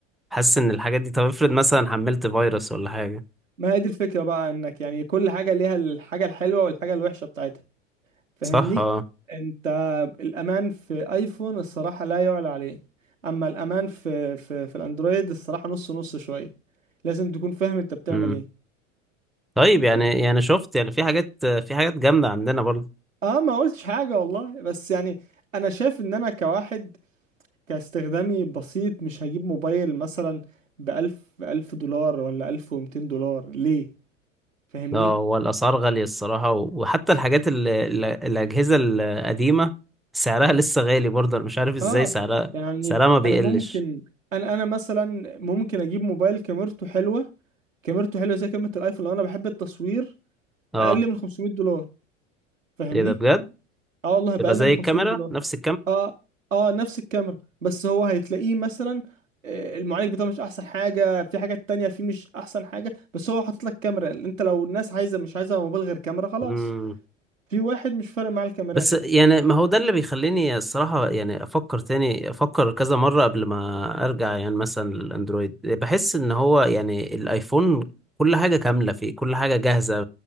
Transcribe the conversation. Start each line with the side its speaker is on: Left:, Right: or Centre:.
Centre: وحاسس ان الحاجات دي طب افرض مثلا حملت فيروس ولا حاجه
Right: ما هي دي الفكرة بقى انك يعني كل حاجة ليها الحاجة الحلوة والحاجة الوحشة بتاعتها فاهمني
Centre: صح اه
Right: انت الامان في ايفون الصراحة لا يعلى عليه اما الامان في في في الاندرويد الصراحة نص نص شوية لازم تكون فاهم انت بتعمل
Centre: امم طيب يعني
Right: ايه
Centre: يعني شفت يعني في حاجات في حاجات جامده عندنا برضه
Right: اه ما قلتش حاجة والله بس يعني انا شايف ان انا كواحد كاستخدامي بسيط مش هجيب موبايل مثلا بألف ألف دولار ولا ألف ومتين دولار ليه فاهمني
Centre: اه هو الاسعار غاليه الصراحه و- وحتى الحاجات ال ال الاجهزه القديمه سعرها لسه غالي برضه انا مش عارف ازاي
Right: اه
Centre: سعرها
Right: يعني
Centre: سعرها ما بيقلش
Right: انا ممكن انا انا مثلا ممكن اجيب موبايل كاميرته حلوة كاميرته حلوة زي كاميرا الايفون لو انا بحب التصوير
Centre: اه
Right: اقل من 500 دولار فاهمني
Centre: ايه ده بجد
Right: اه والله بأقل
Centre: تبقى زي
Right: من 500
Centre: الكاميرا نفس
Right: اه اه نفس الكاميرا بس هو هيتلاقيه مثلا آه، المعالج بتاعه مش احسن حاجه في حاجات تانية فيه مش احسن حاجه بس هو حاطط لك كاميرا انت لو الناس عايزه مش عايزه موبايل غير كاميرا خلاص
Centre: الكاميرا
Right: في واحد مش فارق معاه الكاميرات
Centre: بس يعني ما هو ده اللي بيخليني الصراحة يعني أفكر تاني أفكر كذا مرة قبل ما أرجع يعني مثلا للأندرويد بحس إن هو يعني الآيفون كل حاجة كاملة فيه كل حاجة جاهزة